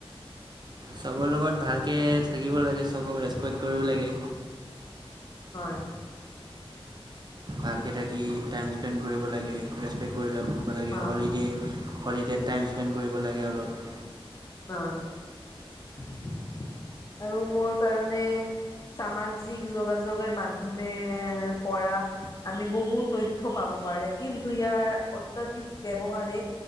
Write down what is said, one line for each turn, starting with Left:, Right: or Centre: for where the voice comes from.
Right: চবৰ লগত ভালকে থাকিব লাগে চবক ৰেচপেক্ট কৰিব লাগে।
Left: হয়
Right: ভালকে থাকি টাইম স্পেণ্ড কৰিব লাগে ৰেচপেক্ট কৰি ল ফুৰিব লাগে
Left: অ'
Right: হলিডে' হলিডে'ত টাইম স্পেণ্ড কৰিব লাগে অলপ
Left: অ উ <inaudible> আৰু মোৰ কাৰণে সামাজিক যোগাযোগৰ মাধ্যমে পৰা আমি বহু তথ থ পাব পাৰে কিন্তু ইয়াৰ অত্যাধিক ব্যৱহাৰে